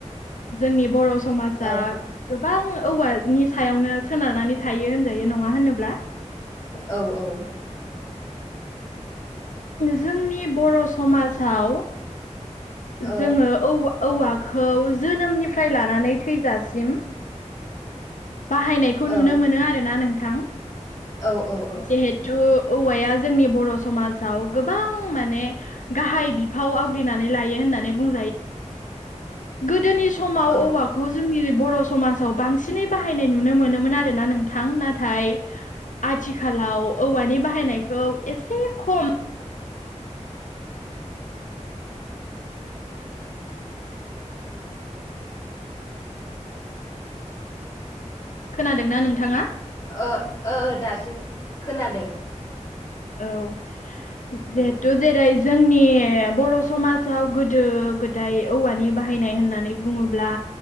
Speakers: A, on the left; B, on the left.
A: जोंनि बर' समाजा
B: औ
A: गोबां औवानि सायावनो सोनारनानै थायो होनजायो नङा होनोब्ला
B: औ औ
A: जोंनि बर' समाजाव
B: औ
A: जोङो ओ-औवाखौ जोनोमनिफ्राय लानानै थैजासिम बाहायनायखौ नुनो
B: औ
A: मोनो आरोना नोंथां
B: औ औ
A: जिहे औवाया जोंनि बर' समाजाव गोबां माने गाहाय बिफाव आव नानै बुं मनिाव
B: ओ
A: औ
B: ओ
A: खौ जोंनि बर' समाजाव बांसिनै बाहायनाय नुनो मोनोमोन आरोना नोंथां नाथाय आथिखालाव औवानि बाहायनायखौ एसे खम खोनादोंना नोंथाङा?
B: ओ ओ दासो खोनादों।
A: औ जिहेथु
B: औ
A: जेरै जोंनि बर' समाजाव गोदो गोदाय औवानि बाहायनाय होननानै बुङोब्ला